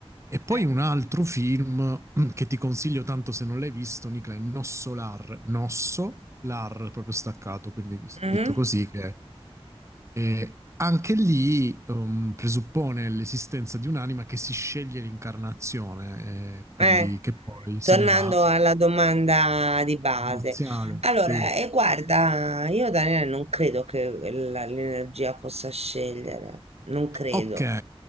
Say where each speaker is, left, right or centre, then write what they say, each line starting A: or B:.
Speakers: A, on the right; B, on the right.
A: E poi
B: Eh.
A: un altro film che ti consiglio tanto se non l'hai visto, Nicola, è Nossolar. Nosso, l'ar proprio staccato, quindi
B: Mhm.
A: detto così, che eh, anche lì um, presuppone l'esistenza di un'anima che si sceglie l'incarnazione, eh, quindi
B: Eh,
A: che poi se
B: tornando
A: ne va.
B: alla domanda di base.
A: Iniziale,
B: Allora,
A: sì.
B: e guarda, io Daniele non credo che la- l'energia possa scegliere, non credo.
A: Ok,